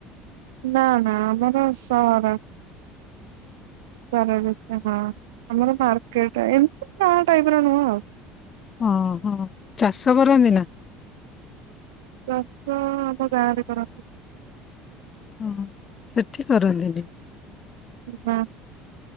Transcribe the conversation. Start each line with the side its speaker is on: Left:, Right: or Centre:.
Right: ନା ନା ଆମର ସହର ସାର ହଁ ଆମର ମାର୍କେଟ ଏମିତି ଗାଁ ଟାଇପ ର ନୁହଁ ଆଉ।
Left: ଓହୋ ଚାଷ କରନ୍ତି ନା।
Right: ଚାଷ ଆମ ଗାଁ ରେ କରନ୍ତି।
Left: ହୁଁ ସେଠି କରନ୍ତିନି।
Right: ବା